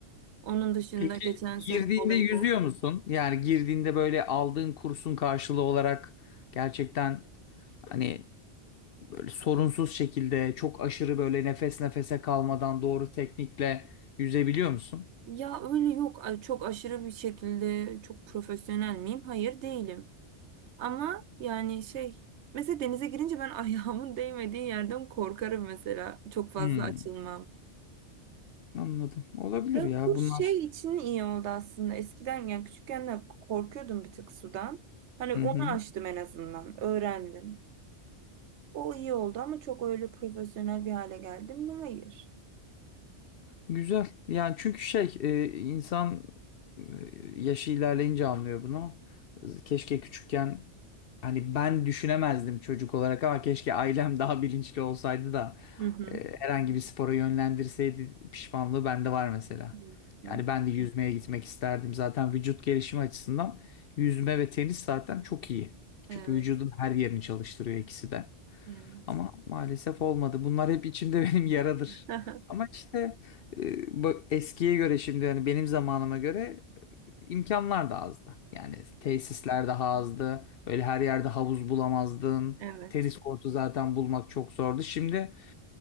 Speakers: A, on the right; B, on the left.
A: Onun dışında
B: Peki
A: geçen sene
B: girdiğinde
A: voleybol.
B: yüzüyor musun? Yani girdiğinde böyle aldığın kursun karşılığı olarak gerçekten hani böyle sorunsuz şekilde çok aşırı böyle nefes nefese kalmadan doğru teknikle yüzebiliyor musun?
A: Ya öyle yok a- çok aşırı bir şekilde çok profesyonel miyim? Hayır değilim. Ama yani şey mesela denize girince ben <laughs> ayağımın değmediği yerden korkarım mesela. Çok fazla
B: Hmm,
A: açılmam.
B: anladım. Olabilir
A: Ya
B: ya
A: kurs
B: bunlar.
A: şey için iyi oldu aslında. Eskiden yani küçükken de korkuyordum bir tık sudan. Hani
B: Hı
A: onu
B: hı.
A: aştım en azından. Öğrendim. O iyi oldu ama çok öyle profesyonel bir hale geldim mi? Hayır.
B: Güzel. Yani çünkü şey e, insan e, yaşı ilerleyince anlıyor bunu. Keşke küçükken hani ben düşünemezdim çocuk olarak ama keşke ailem daha bilinçli olsaydı da
A: Hı hı.
B: e, herhangi bir spora yönlendirseydi pişmanlığı bende var mesela.
A: Hı hı.
B: Yani ben de yüzmeye gitmek isterdim. Zaten vücut gelişimi açısından yüzme ve tenis zaten çok iyi.
A: Evet.
B: Çünkü vücudun her yerini çalıştırıyor ikisi de.
A: Evet.
B: Ama maalesef olmadı. Bunlar hep içimde <laughs> benim yaradır.
A: <laughs>
B: Ama işte e, bu eskiye göre şimdi yani benim zamanıma göre imkanlar da azdı. Yani tesisler daha azdı. Öyle her yerde havuz bulamazdın.
A: Evet.
B: Tenis kortu zaten bulmak çok zordu. Şimdi